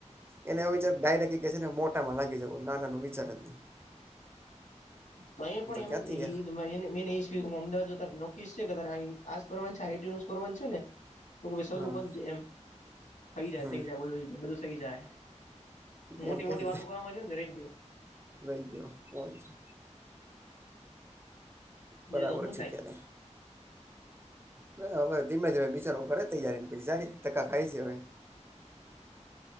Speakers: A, on the right (about 20°); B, on the left (about 85°).
A: એને ડાયરેક્ટ એ કે છે ને મોટામાં લાગ જ નાનાનો વિચાર જ નઈ
B: તો પણ
A: ક્યાંથી યાર
B: એમને અમદાવાદ જો ત નક્કી છે કે ત આજ કરવાનું છે આઈટી નું કરવાનું છે ને તો કે શરૂ
A: હા
B: કરી એમ થઈ જાય
A: હમ
B: થઈ જાય બ બધું થઇ જાય મોટી
A: એમ કે
B: મોટી
A: ત
B: વાતો કરવામાં જો ને રહી ગયો
A: ભાઈ ગયો કોય છે
B: બીજું
A: બરાબર
B: તો શું થાય
A: છે ત્યારે હવે ધીમે ધીમે બિચારોું કરે તૈયારી ને પછી જાય ટકા ખાય છે હવે